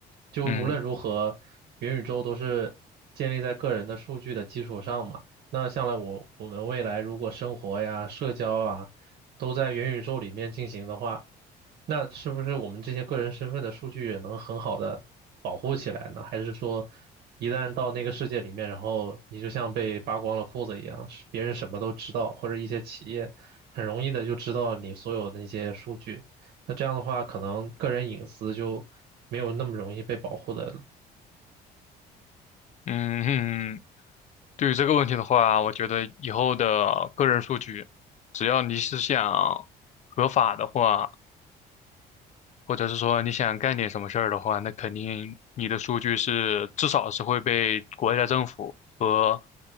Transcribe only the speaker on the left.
嗯。
嗯嗯对于这个问题的话，我觉得以后的个人数据，只要你是想合法的话，或者是说你想干点什么事儿的话，那肯定你的数据是至少是会被国家政府和